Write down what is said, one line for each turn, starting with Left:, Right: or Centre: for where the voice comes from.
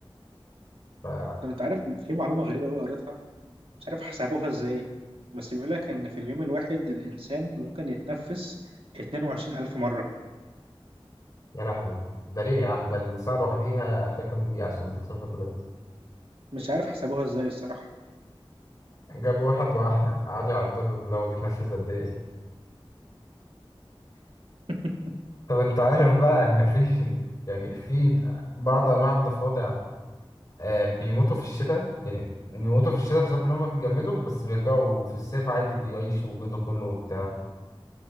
Left: ف
Right: طب انت عارف في معلومه غريبه قوي قريتها مش عارف حسبوها ازاي بس بيقول لك ان في اليوم الواحد الانسان ممكن يتنفس 22000 مره
Left: يا لهوي ده ليه يا عم ده الساعة لوحديها فيها كام دقيقة عشان تحصل فيها كل ده
Right: مش عارف حسبوها ازاي الصراحة
Left: جابوا واحد وقعدوا يعدوا له لو بيتنفس قد ايه
Right: <laughs>
Left: طب انت عارف بقى ان في <laughs> يعني في بعض انواع الضفادع آه بيموتوا في الشتاء يعني بيموتوا في الشتاء بسبب ان هم بيتجمدوا بس بيرجعوا في الصيف عادي بيعيشوا وجوده كله وبتاع